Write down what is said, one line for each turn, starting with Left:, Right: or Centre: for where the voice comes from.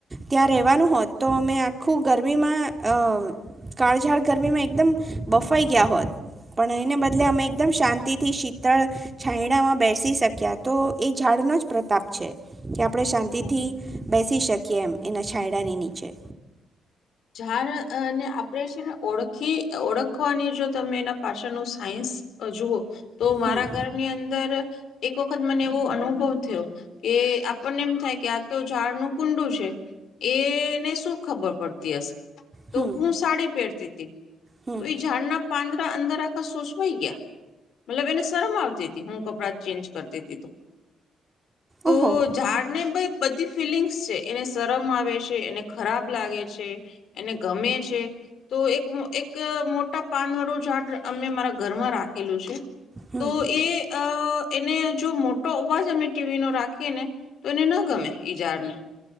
Right: ત્યાં રહેવાનું હોત તો અમે આખું ગરમીમાં કાળઝાડ ગરમીમાં એકદમ બફાઈ ગયા હોત પણ એને બદલે અમે એકદમ શાંતિથી શીતળ છાંયડામાં બેસી શક્યા તો એ ઝાડનો જ પ્રતાપ છે. <unintelligible> આપણે શાંતિથી
Left: હમ.
Right: બેસી શકીએ. કેમ એના છાયડાને નીચે.
Left: ઝાડને આપણેે છે ને ઓળખી ઓળખવાની જો તમે એના પાછળનું સાયન્સ જુવઓ તો
Right: હમ
Left: મારા ઘરની અંદર એક વખત મને એવો અનુભવ થ્યો કે આપણને એમ થાય કે આ તો ઝાડનું કુંડું છે એ ને શું ખબર પડ તી હશ. તો
Right: હમ
Left: હું સાડી પેર તી તી.
Right: હમ
Left: તો ઈ ઝારના પાંદડા અંદર આખા સોસવાઈ ગ્યા મતલબ એને શરમ આવતી તી હું કપડાં ચેન્જ કરતી તી તો. તો
Right: ઓહો
Left: ઝાડ ને ભઈ બધી ફિલિંગ્સ છે એને શરમ આવે શે. કે એને ખરાબ લાગે છે એને ગમે છે તો એક મુ એક મોટા પાન વાળું ઝાડ અમે મારા ઘરમાં રાખેલું છે.
Right: હમ
Left: તો એ અ એને જો મોટો અવાજ અમે ટી વી નો રાખીએ ને તો એને ન ગમે ઈ ઝાડને